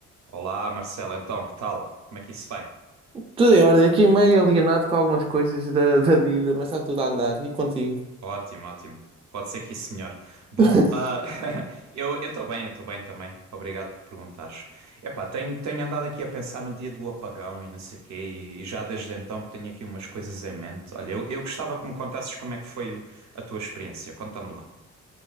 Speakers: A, on the right; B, on the right.
A: Olá, Marcelo, então, que tal? Como é que isso vai?
B: Tudo em ordem, aqui meio alienado com algumas coisas da, <laughs> da vida, mas está tudo a andar. E contigo?
A: Ótimo, ótimo. Pode ser que isso melhore. Bom,
B: <laughs>
A: ah, <laughs> eu eu estou bem, eu estou bem também. Obrigado por perguntares. Epá, tenho, tenho andado aqui a pensar no dia do apagão e não sei quê, e, e já desde então que tenho aqui umas coisas em mente. Olha, eu, eu gostava que me contasses como é que foi o- a tua experiência. Conta-me lá.